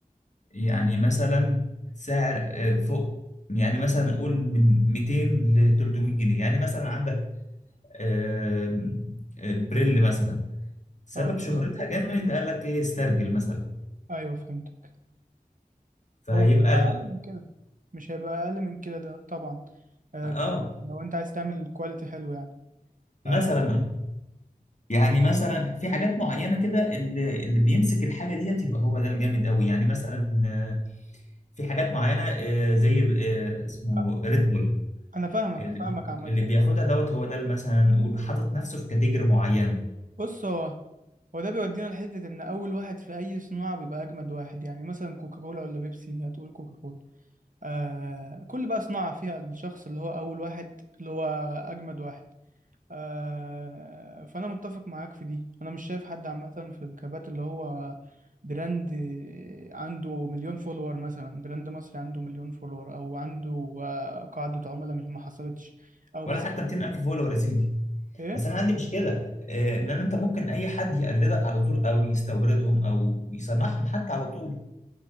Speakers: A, on the left; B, on the right.
A: يعني مثلا سعر آه، فوق يعني مثلا نقول من 200 ل 300 جنيه يعني مثلا عندك آه، آه، بريل مثلا سبب
B: اه
A: شهرتها جامد قال لك ايه استرجل مثلا
B: ايوه فهمتك
A: فهيبقى
B: هو مش هيبقى
A: ال...
B: اقل من كده مش هيبقى اقل من كده ده طبعا آه
A: اه
B: ك... لو انت عايز تعمل كواليتي حلو يعني آه
A: مثلا آه. يعني مثلا في حاجات معينه كده اللي اللي بيمسك الحاجه ديت يبقى هو ده الجامد قوي يعني مثلا آه، في حاجات معينه آه، زي آه، اسمه
B: آه،
A: ريد بول
B: انا فاهمك
A: اللي
B: فاهمك عامه
A: اللي بياخدها دوت هو ده اللي مثلا نقول حاطط نفسه في كاتيجوري معين
B: بص هو هو ده بيودينا لحته ان اول واحد في اي صناعه بيبقى اجمد واحد يعني مثلا كوكاكولا ولا بيبسي هتقول كوكاكولا آه كل بقى صناعه فيها الشخص اللي هو اول واحد اللي هو اجمد واحد آه، فأنا متفق معاك في دي أنا مش شايف حد عامة في الكبات اللي هو براند آه، عنده مليون فولور مثلا براند مصري عنده مليون فولور أو عنده آه، قاعدة عملاء مش ما حصلتش أو
A: ولا
B: ماسك
A: حتى 200000 فولور يا سيدي
B: إيه
A: بس انا عندي مشكله آه، ان أنا- انت ممكن اي حد يقلدك على طول او يستوردهم او يصنعهم حتى على طول